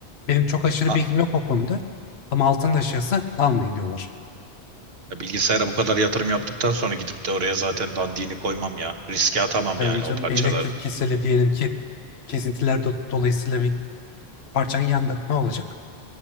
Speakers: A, on the left (about 80°); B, on the right (about 70°).
A: Benim çok aşırı
B: Ha,
A: bilgim yok o konuda ama altının aşağısı almayın diyorlar.
B: bilgisayara bu kadar yatırım yaptıktan sonra gidip de oraya zaten dandini koymam ya. Riske atamam
A: Tabii
B: yani
A: canım
B: o parçaları.
A: bir elektrik keseli diyelim ki kesintiler do- dolayısıyla bir parçan yandı. Ne olacak?